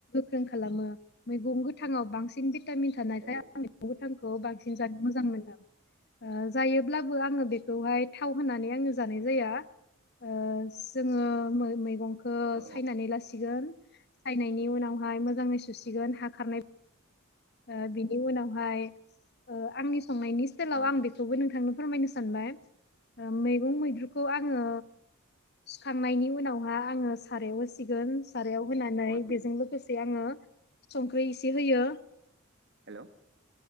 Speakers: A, on the left; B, on the right.
A: गोख्रों खालामो मैगं गोथाङाव बांसिन भिटामिन थानायखाय
B: औ
A: आं मैगं गोथांखौ बांसिन जानो मोजां मोनो ओ जायोब्लाबो आङो बेखौहाय थाव होनानै आंङो जानाय जाया ओ जोङो मैगंखौ
B: औ
A: सायनानै लासिगोन सायनायनि उनावहाय मोजाङै सुसिगोन हा खारनाय ओ बिनि उनावहाय आंनि संनायनि स्टेयलाव
B: औ
A: आं बेखौबो नोंथांनो फोरमायनो सानबाय मैगं मैद्रुखौ आङो सुखांनायनि उनावहा आङो सारायाव होसि सिगोन सारायाव होनानै
B: औ
A: बेजों लोगोसे आङो संख्रि एसे होयो
B: हेलौ